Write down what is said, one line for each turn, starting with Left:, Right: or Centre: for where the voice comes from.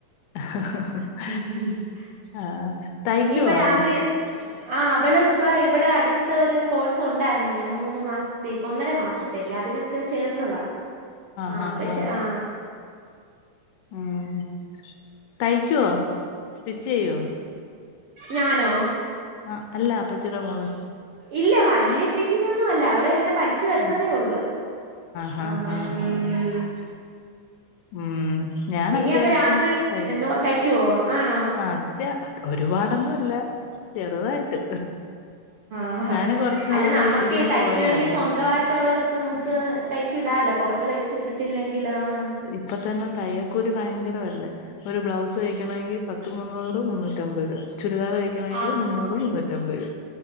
Left: <unintelligible>
Right: <inaudible>
Left: അ ആ തയ്ക്കുവോ
Right: ഇനിയിപ്പ
Left: ആള്
Right: രാത്രി
Left: <inaudible>
Right: ആ അവള് ഇപ്പ ഇവിടെ അടുത്ത ഒരു കോഴ്സ് ഉണ്ടായിരുന്നു ഇങ്ങനെ മൂന്ന് മാസത്തേക്ക് ഒന്നര മാസത്തേക്ക് അതിന് ക്കെ ചേർന്നതാ ആ
Left: ഹാ
Right: അപ്പച്
Left: ഹാ
Right: ആ
Left: ഉം തയ്ക്കോ സ്റ്റിച്ച് ചെയ്യോ
Right: ഞാനോ
Left: ആ അല്ല അപ്പച്ചിട മോള്
Right: ഇല്ല വല്ല്യ സ്റ്റിച്ചിങ്‌ഒന്നും അല്ല അവള് ഇങ്ങനെ പഠിച്ചു വരുന്നതേ
Left: ആ
Right: ഉള്ളു
Left: ഹാ
Right: ആ
Left: ഹാ ഹാ
Right: മ് മ്
Left: ഉം ഞാൻ
Right: ഇനി
Left: അത്യാവശ്യം
Right: അപ്പൊ രാത്രിയിൽ
Left: തയ്ക്കും
Right: എന്തോ തയ്ക്കുവോ ആണോ
Left: ആ അത്യാ ഒരുപാടൊന്നുംല്ല ചെറുതായിട്ട്
Right: ആഹ്
Left: ഞാന്
Right: ഹ്
Left: കൊറച്ച്
Right: അല്ല
Left: നാള്
Right: നമ്മക്ക്
Left: ഇതിന്
Right: തയ്ക്കുെങ്കിൽ
Left: പോയതായിരുന്നു
Right: സ്വന്തമായിട്ടുള്ളതൊക്കെ നമുക്ക് തയ്ച് ഇടാലോ പൊറത്തു തയ്ച്ചു കൊടുത്തില്ലെങ്കിൽ ആഹ്
Left: ഇപ്പൊ തന്നെ തയ്യൽക്കൂലി ഭയങ്കരമല്ലേ ഒരു ബ്ലൗസ് തയ്ക്കണെങ്കിൽ പത്ത് മുന്നൂറ് മുന്നൂറ്റ അമ്പത് രൂപ ചുരിദാറ <unintelligible>
Right: ആഹ്
Left: മുന്നൂറ് മുന്നൂറ്റിമ്പരു